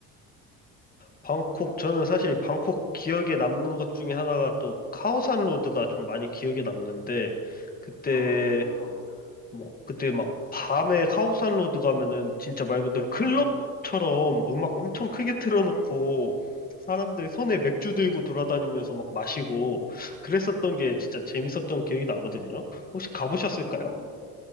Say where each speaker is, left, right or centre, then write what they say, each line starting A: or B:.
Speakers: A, on the left; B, on the left.
A: 방콕, 저는 사실 방콕 기억에 남는 것 중에 하나가 또 카오산 로드가 좀 많이 기억에 남는데, 그때
B: 아
A: 뭐 그때 막 밤에 카오산 로드 가면은 진짜 말 그대로 클럽처럼 음악 엄청 크게 틀어놓고
B: 네.
A: 사람들 손에 맥주 들고 돌아다니면서 막 마시고 그랬었던 게 진짜 재밌었던 기억이 나거든요. 혹시 가보셨을까요?
B: 어.